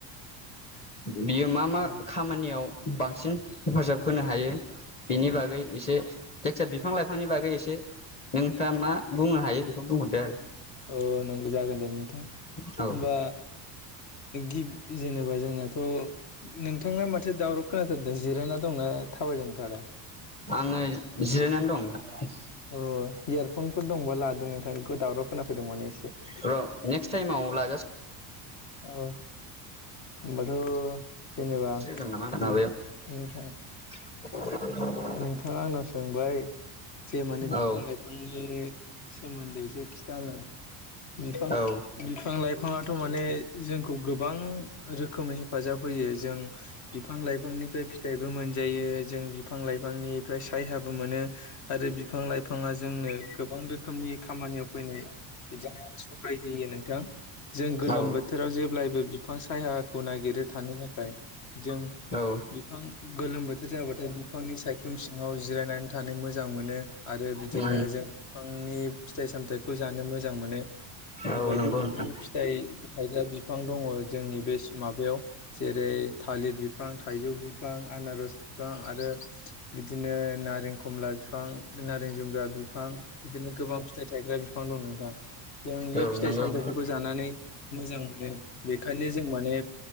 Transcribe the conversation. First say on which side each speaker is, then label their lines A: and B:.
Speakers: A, on the left; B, on the left.
A: बियो मा मा
B: औ
A: खामानियाव बांसिन हेफाजाब होनो हायो बिनि बागै एसे जायखिजाया बिफां लाइफांनि बागै एसे नोंथाङा मा बुंनो हायो बेखौ बुंहरदो आरो
B: अ जागोन दे नोंथां
A: आरो
B: होमबा गि जेनेबा जों आंनाथ नोंथांनामाथो दावराव खोनाथारदों जिरायना दंना थाबायदों नोंथाङालाय
A: आङो जिरायनानै दं नोंथां
B: अ इयारफनफोर दंबा लादो नोंथांखौ दावराव खोनाफैदों माने एसे
A: र नेक्स्ट टाइम लाजासि
B: औ होनबाथ जेनेबा
A: लाजासिगोन नामा माबायाव
B: नों नोंथां
A: <inaudible>
B: नोंथाङा आंनाव सोंबाय जे माने बिफां
A: औ
B: लाइफां बिफांनि सोमोनदै जे खिथानो बिफां
A: औ
B: बिफां लाइफाङाथ माने जोंखौ गोबां रोखोमै हेफाजाब होयो जों बिफां लाइफांनिफ्राय फिथाइबो मोनजायो जों बिफां लाइफांनिफ्राय सायहाबो मोनो आरो बिफां लाइ फाङा जोंनो गोबां रोखोमनि खामानियाव फैनाय बिदिनो सहाय होयो नोंथां जों गोलोम
A: औ
B: बोथोराव जेब्लायबो बिफां सायहा खौ नागिरै थानो थाखाय जों
A: औ
B: बिफां गोलोम बोथोर जाबाथाय नि सायख्लुम सिङाव जिरायनानै थानो मोजां मोनो आरो बिदिनो
A: उम
B: जों बिफांनि फिथाइ सामथायाइखौ जानो मोजां मोनो
A: औ
B: बायदि
A: नंगौ
B: रोखोमनि
A: नोंथां
B: फिथाइ थाइग्रा बिफां दङ जोंनि बे माबायाव जेरै थालिर बिफां थाइजौ बिफां आनारस बिफां आरो बिदिनो नारें खमला बिफां नारें जुमब ब्रा बिफां बिदिनो गोबां फिथाइ थायग्रा बिफां दं नोंथां जों बे
A: औ
B: फिथाइ
A: नंगौ
B: सामथाइफोरखौ
A: नोंथां
B: जानानै मोजां मोनो बेखायनो जों माने